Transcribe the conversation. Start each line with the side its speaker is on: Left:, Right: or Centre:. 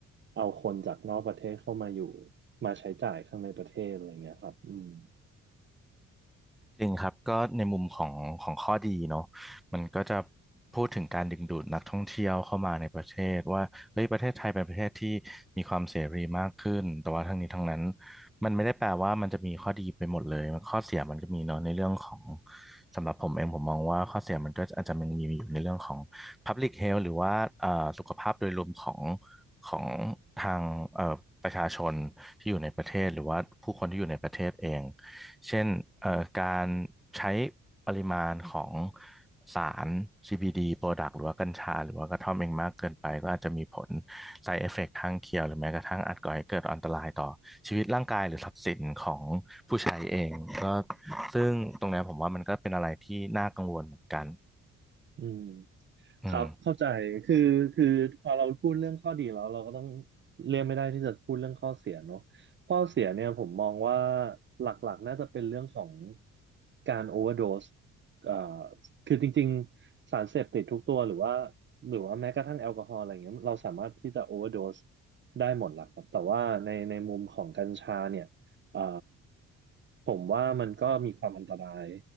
Right: เอาคนจากนอกประเทศเข้ามาอยู่มาใช้จ่ายข้างในประเทศอะไรเงี้ยครับอืม
Centre: จริงครับก็ในมุมของของข้อดีเนาะมันก็จะพูดถึงการดึงดูดนักท่องเที่ยวเข้ามาในประเทศว่าเฮ้ยประเทศไทยเป็นประเทศที่มีความเสรีมากขึ้นแต่ว่าทั้งนี้ทั้งนั้นมันไม่ได้แปลว่ามันจะมีข้อดีไปหมดเลยข้อเสียมันก็มีเนาะในเรื่องของสำหรับผมเองผมมองว่าข้อเสียมันก็อาจจะมันมีอยู่ในเรื่องของ Public Health หรือว่าเอ่อสุขภาพโดยรวมของของทางเอ่อประชาชนที่อยู่ในประเทศหรือว่าผู้คนที่อยู่ในประเทศเอง เช่นเอ่อการใช้ปริมาณของสาร CBD product หรือว่ากัญชาหรือว่ากระท่อมเองมากเกินไปก็อาจจะมีผล side effect ข้างเคียงหรือแม้กระทั่งอาจก่อให้เกิดอันตรายต่อชีวิตร่างกายหรือทรัพย์สินของผู้ใช้เองก็ซึ่งตรงเนี้ยผมว่ามันก็เป็นอะไรที่น่ากังวลเหมือนกัน
Right: อืม
Centre: อืม
Right: ครับเข้าใจคือคือพอเราพูดเรื่องข้อดีแล้วเราก็ต้องเลี่ยงไม่ได้ที่จะพูดเรื่องข้อเสียเนอะข้อเสียเนี่ยผมมองว่าหลักๆน่าจะเป็นเรื่องของการโอเวอร์โดสเอ่อคือจริงๆสารเสพติดทุกตัวหรือว่าหรือว่าแม้กระทั่งแอลกอฮอล์อะไรเงี้ยเราสามารถที่จะโอเวอร์โดสได้หมดแหละครับแต่ว่าในในมุมของกัญชาเนี่ยเอ่อผมว่ามันก็มีความอันตราย